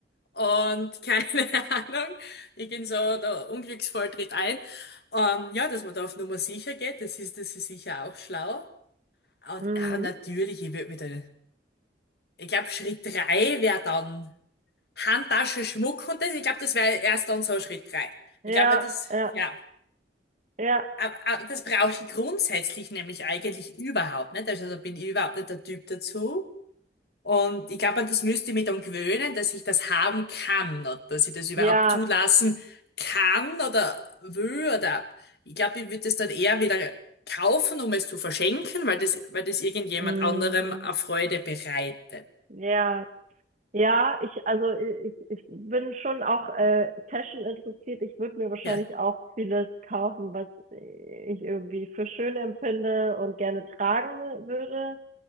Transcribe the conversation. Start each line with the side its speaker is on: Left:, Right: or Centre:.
Left: und keine <laughs> Ahnung. Ich gehe so der Unglücksfall tritt ein. Ähm, ja, dass man da auf Nummer sicher geht, das ist, das ist sicher auch schlau. Und
Right: Mhm.
Left: ah, natürlich, ich würde mit der, ich glaube, Schritt drei wäre dann Handtasche, Schmuck und das. Ich glaube, das wäre erst dann so Schritt drei. Ich
Right: Ja,
Left: glaube, das,
Right: ja,
Left: ja.
Right: ja,
Left: Aber, aber das brauche ich grundsätzlich nämlich eigentlich überhaupt nicht. Also da bin ich überhaupt nicht der Typ dazu. Und ich glaube, an das müsste ich mich dann gewöhnen, dass ich das haben kann oder dass ich das überhaupt
Right: ja.
Left: zulassen kann oder will oder ich glaube, ich würde es dann eher wieder kaufen, um es zu verschenken, weil das, weil das irgendjemand
Right: Mhm.
Left: anderem eine Freude bereitet.
Right: Ja. Ja, ich, also ich, ich bin schon auch äh, Fashion interessiert. Ich würde mir wahrscheinlich
Left: Ja,
Right: auch vieles kaufen, was ich irgendwie für schön empfinde und gerne tragen würde.